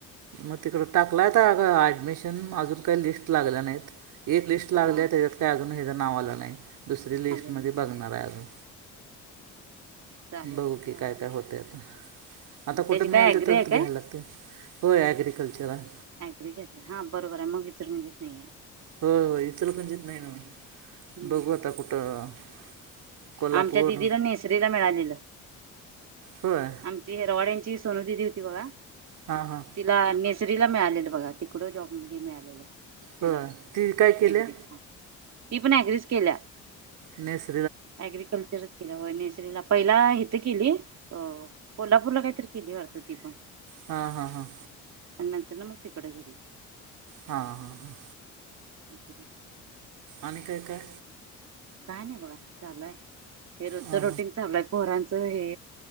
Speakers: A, on the right; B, on the right.
A: मग तिकड टाकलाय ॲडमिशन अजून काही लिस्ट लागल्या नाहीत. एक लिस्ट लागली
B: हा
A: आहे त्याच्यात
B: हा
A: काय अजून हचं नाव आलं नाही दुसरी लिस्टमध्येध्ये
B: चालेल
A: बघणार आहे अजून
B: चालेल
A: बऊ
B: चालेल
A: की
B: चालते.
A: काय काय होते आता. आता कुठे
B: त्याची
A: मिळेल
B: काय ॲग्री
A: ते तर
B: आहे
A: घ्यायला
B: काय
A: लागते होय ग्रिकल्चर आहे.
B: अग्री घेतला हा बरोबर आहे मग विचरून घेत नाहीये
A: हो हो इथल कणचित नाही ना
B: हम्म
A: बघू आता कुठं कोल्हापूर
B: आमच्या दिदीला नेसरीला मिळालेलं
A: होय
B: आमची हिरवाड्यांची सोनू दिदी होती बघा
A: हां हां
B: तिला नेसरीला मिळालेलं बघा तिकड जॉब हे मिळालेलं. तिला
A: हो ती काय केल्या
B: डिग्री ती पण अग्रिच केल्या.
A: मेस
B: एग्रीकल्चर केल वनी पहिला हथे केली अ कोल्हापूरला काहीतरी केली वाटत ती तीण
A: हा हा हा.
B: नंतर न मग तिकडे गेली
A: हा हा हा.
B: <unintelligible>
A: आणि काय काय?
B: काय नाही बघा चालूय हे रोजच
A: हां
B: रोटींग चालूय पोरांचं हे